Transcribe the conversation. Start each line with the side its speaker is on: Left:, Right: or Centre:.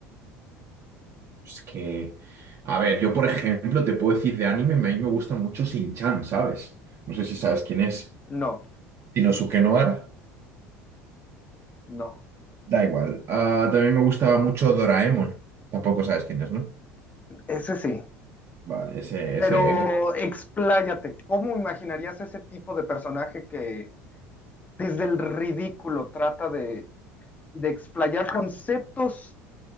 Right: es que... A ver, yo por ejemplo te puedo decir de anime, a mí me gusta mucho Shin-chan, ¿sabes? No sé si sabes quién es.
Left: No,
Right: Shinosuke Noara,
Left: no.
Right: da igual. Ah, también me gustaba mucho Doraemon, tampoco sabes quién es, ¿no?
Left: Ese sí.
Right: Vale, ese,
Left: Pero
Right: ese.
Left: expláyate, ¿cómo imaginarías ese tipo de personaje que desde el ridículo trata de, de explayar conceptos